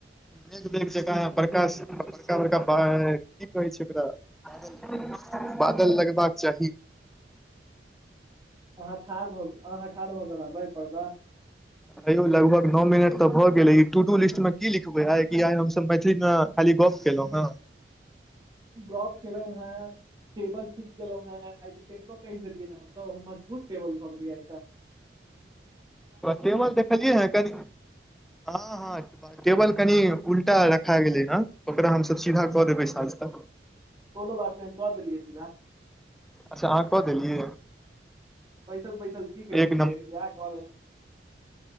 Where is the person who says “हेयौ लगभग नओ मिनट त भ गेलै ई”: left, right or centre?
Centre